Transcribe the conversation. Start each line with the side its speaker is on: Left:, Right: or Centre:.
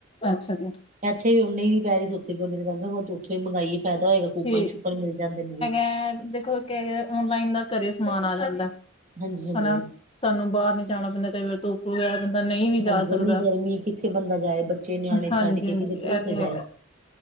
Left: ਅੱਛਾ ਜੀ
Right: ਇੱਥੇ ਵੀ ਉਹਨੀ ਦੀ ਹੀ ਪਈ ਸੀ ਉੱਥੇ ਵੀ ਉਹਨੇ ਦੀ ਪਈ ਉੱਥੋਂ ਹੀ ਮੰਗਾਈ ਫਾਇਦਾ ਹੋਏਗਾ ਕੁਪਨ
Left: ਠੀਕ
Right: ਸ਼ੁਪਨ ਮਿਲ ਜਾਂਦੇ ਜੀ
Left: <unintelligible> ਦੇਖੋ ਔਨਲਾਈਨ ਦਾ ਘਰੇ ਸਮਾਨ ਆ ਜਾਂਦਾ
Right: ਹਾਂਜੀ-ਹਾਂਜੀ
Left: ਹਨਾ। ਸਾਨੂੰ ਬਾਹਰ ਨੀ ਜਾਣਾ ਪੈਂਦਾ ਕਈ ਵਾਰ ਧੁੱਪ ਹੋ ਗਿਆ ਬੰਦਾ ਨਹੀਂ ਵੀ ਜਾ
Right: ਹਾਂਜੀ
Left: ਸਕਦਾ
Right: ਇੰਨੀ ਗਰਮੀ ਕਿੱਥੇ ਬੰਦਾ ਜਾਏ ਬੱਚੇ ਨਿਆਣੇ ਛੱਡ
Left: ਹਾਂਜੀ-ਹਾਂਜੀ
Right: ਕੇ ਕਿਦੇ
Left: ਇਹ
Right: ਭਰੋਸੇ
Left: ਤੇ
Right: ਜਾਏ।
Left: ਹੈਗਾ